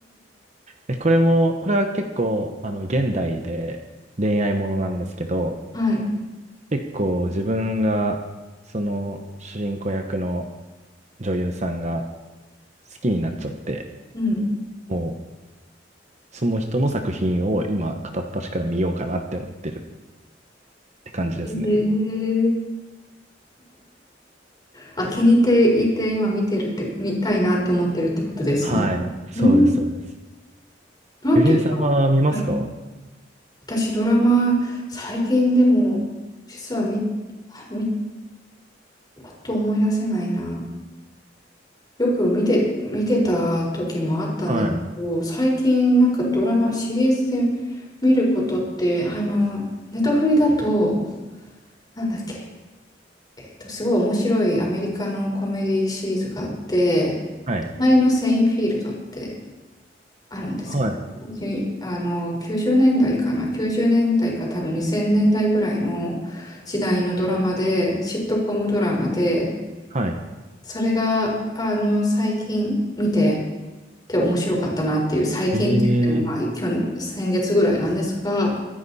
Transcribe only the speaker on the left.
はい。
うん。
ええあ、気に入っていて、今見てるって、見たいなって思ってるってことですね。
うん、
なんていうか、
はい、私ドラマ、最近でも、実は見、見、パッと思い出せないな。よく見て、見てた時もあったんですけど、
最近なんかドラマ、シリーズで見ることって、あの、ネトフリだと、なんだっけ、えっと、すごい面白いアメリカのコメディシリーズがあって、
隣のセインフィールドってあるんですけど、
にあの、90年代かな、90年代か多分2000年代ぐらいの時代のドラマで、シットコムドラマで、
それが、あの、最近見て、て面白かったなっていう最近って言っても、
まあ、
去年先月ぐらいなんですが、